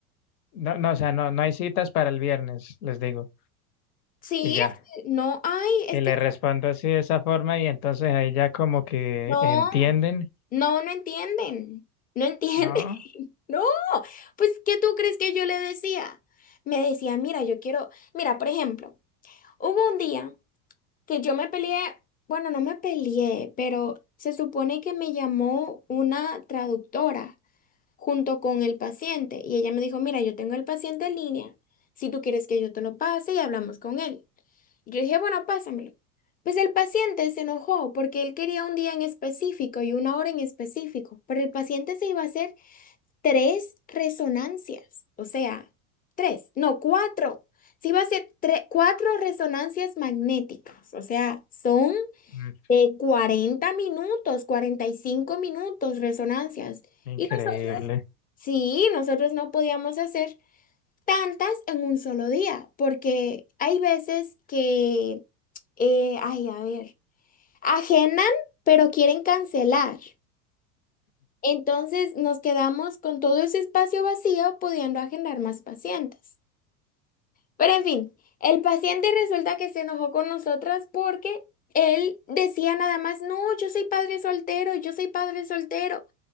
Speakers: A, on the left; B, on the left.
A: No, no, o sea, no, no hay citas para el viernes, les digo,
B: Sí,
A: y ya.
B: es que no, ay, es
A: Y
B: que
A: le respondo así de esa forma y entonces ahí ya como que
B: no,
A: entienden,
B: no, no entienden, no entienden,
A: ¿no?
B: <laughs> no, pues, ¿qué tú crees que yo le decía? Me decía, mira, yo quiero, mira, por ejemplo, hubo un día que yo me peleé, bueno, no me peleé, pero se supone que me llamó una traductora junto con el paciente y ella me dijo, mira, yo tengo el paciente en línea, si tú quieres que yo te lo pase y hablamos con él. Yo dije, bueno, pásamelo. Pues el paciente se enojó porque él quería un día en específico y una hora en específico, pero el paciente se iba a hacer tres resonancias, o sea, tres, no, cuatro. Se iba a hacer tre- cuatro resonancias magnéticas, o sea, son
A: Mm,
B: de 40 minutos, 45 minutos resonancias.
A: Increíble.
B: Y nosotros, sí, nosotros no podíamos hacer tantas en un solo día, porque hay veces que, eh, ay, a ver, agendan, pero quieren cancelar. Entonces nos quedamos con todo ese espacio vacío pudiendo agendar más pacientes. Pero en fin, el paciente resulta que se enojó con nosotras porque él decía nada más, no, yo soy padre soltero, yo soy padre soltero.